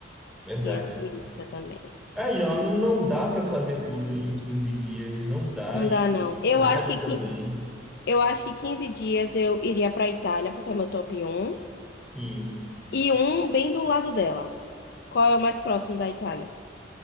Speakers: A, in the centre; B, on the left (about 60°).
A: Verdade.
B: Tem a Suíça também.
A: Aí, ó, não, não dá pra fazer tudo em 15 dias, não dá.
B: Não
A: E
B: dá,
A: é
B: não.
A: muito
B: Eu
A: caro
B: acho que,
A: também.
B: qui- eu acho que 15 dias eu iria para Itália, porque é meu top um
A: Sim.
B: E um bem do lado dela. Qual é o mais próximo da Itália?